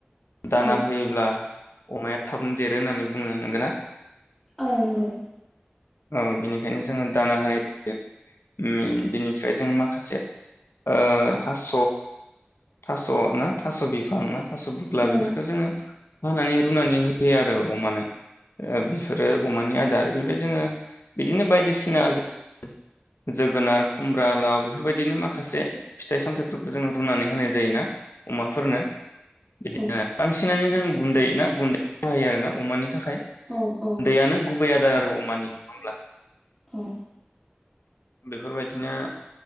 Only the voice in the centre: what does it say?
औ
औ नंगौ।
औ नंगौ औ
नंगौ
औ औ
औ